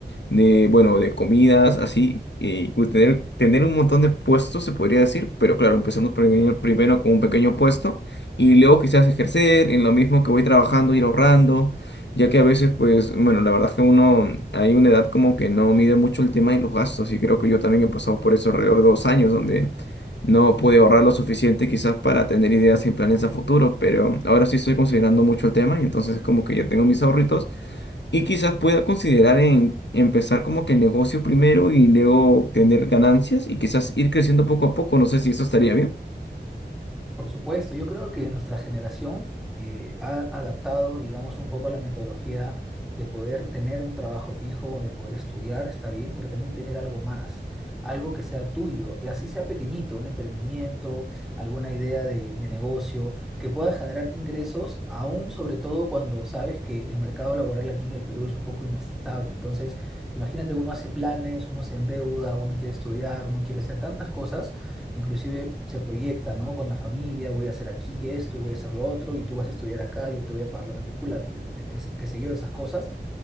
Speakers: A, on the left; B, in the centre.
A: de, bueno, de comidas, así, y cu- tener, tener un montón de puestos, se podría decir, pero claro, empezando primero, primero con un pequeño puesto y luego quizás ejercer en lo mismo que voy trabajando, ir ahorrando, ya que a veces, pues, bueno, la verdad es que uno, hay una edad como que no mide mucho el tema de los gastos y creo que yo también he pasado por eso alrededor de dos años, donde... No pude ahorrar lo suficiente quizás para tener ideas y planes a futuro, pero ahora sí estoy considerando mucho el tema y entonces como que ya tengo mis ahorritos y quizás pueda considerar en empezar como que el negocio primero y luego tener ganancias y quizás ir creciendo poco a poco. No sé si eso estaría bien.
B: Por supuesto, yo creo que nuestra generación eh, ha adaptado, digamos, un poco la metodología de poder tener un trabajo fijo, de poder estudiar, está bien, pero también tener algo más, algo que sea tuyo, y así sea pequeñito, un emprendimiento, alguna idea de, de negocio, que pueda generarte ingresos, aún sobre todo cuando sabes que el mercado laboral aquí en el Perú es un poco inestable. Entonces, imagínate, uno hace planes, uno se endeuda, uno quiere estudiar, uno quiere hacer tantas cosas inclusive se proyecta, ¿no? Con la familia, voy a hacer aquí esto y voy a hacer lo otro, y tú vas a estudiar acá, yo te voy a pagar la matrícula, y es- qué sé yo, esas cosas